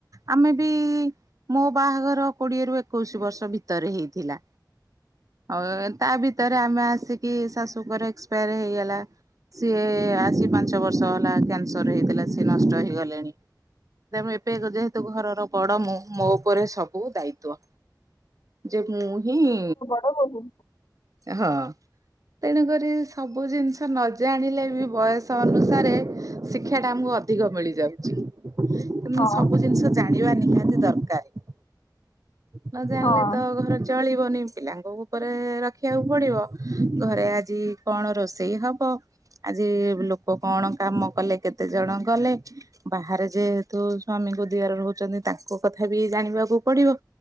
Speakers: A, on the right; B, on the left.
A: ଆମେ ବି ମୋ ବାହାଘର କୋଡିଏରୁୁ ଏକୋଇଶି ବର୍ଷ ଭିତରେ ହେଇଥିଲା। ଆଉ ତା ଭିତରେ ଆମେ ଆସିକି ଶାଶୁଙ୍କର ଏକ୍ସପାୟାର ହେଇଗଲା। ସିଏ ଆସି ପାଞ୍ଚ ବର୍ଷ ହେଲା କ୍ୟାନସର ହେଇଥିଲା ସିଏ ନଷ୍ଟ ହେଇଗଲେଣି। ତେଣୁ ଏବେ ଯେହେତୁ ଘରର ବଡ ମୁଁ ମୋ ଉପରେ ସବୁ ଦାୟିତ୍ୱ। ଯେ ମୁୁଁ ହିିଁ
B: ହଉ ହଉ <unintelligible>
A: ହଁ। ତେଣୁକରି ସବୁ ଜିନିଷ ନ ଜାଣିଲେ ବି ବୟସ ଅନୁସାରେ ଶିକ୍ଷା ଟା ଆମକୁ ଅ ଅଧିକ ମିଳିଯାଉଛି। ତେଣୁ
B: ହଁ
A: ସବୁ ଜିନିଷ ଜାଣିବା ନିହାତି ଦରକାର। ନ ଜାଣିଲେ
B: ହଁ
A: ତ ଘର ଚଳିବନି ପିଲାଙ୍କ ଉପରେ ରଖି ଦେଖିବାକୁ ପଡିବ ଘରେ ଆଜି କଣ ରୋଷେଇ ହବ? ଆଜି ଲୋକ କଣ କାମ କଲେ କେତେ ଜଣ ଗଲେ? ବାହାରେ ଯେହେତୁ ସ୍ଵାମୀଙ୍କ ଦିଅର ରହୁଛନ୍ତି ତାଙ୍କ କଥା ବି ଜାଣିବାକୁ ପଡିବ।